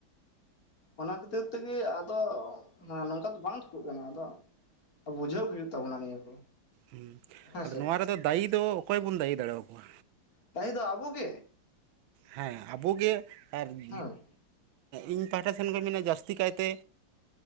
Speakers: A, on the left (about 45°); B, on the right (about 90°).
A: ᱚᱱᱟ ᱠᱷᱟᱹᱛᱤᱨ ᱛᱮᱜᱮ ᱟᱫᱚ ᱱᱚᱝᱠᱟ ᱫᱚ ᱵᱟᱝ ᱴᱷᱤᱠᱚᱜ ᱠᱟᱱᱟ ᱟᱫᱚ᱾ ᱵᱩᱡᱟᱹᱣ ᱦᱩᱭᱩᱜ ᱛᱵᱱᱟ ᱱᱤᱭᱟᱹ ᱠᱚ᱾
B: ᱦᱩ
A: ᱦᱮᱸᱥᱮ
B: ᱟᱫᱚ ᱱᱚᱣᱟ ᱟᱫᱚ ᱫᱟᱭᱤ ᱫᱚ ᱚᱠᱚᱭ ᱵᱚᱱ ᱫᱟᱹᱭᱤ ᱫᱟᱲᱮ ᱟᱠᱚᱣᱟ?
A: ᱫᱟᱭᱤ ᱫᱚ ᱟᱵᱩ ᱜᱮ᱾
B: ᱦᱮᱸ ᱟᱵᱚᱜᱮ ᱮᱸᱫ
A: ᱦᱮᱸ ᱦᱳᱭ
B: ᱤᱧ ᱯᱟᱦᱴᱟ ᱥᱮᱱ ᱠᱷᱚᱱ ᱢᱮᱱᱟ ᱡᱟᱹᱥᱛᱤ ᱠᱟᱭᱛᱮ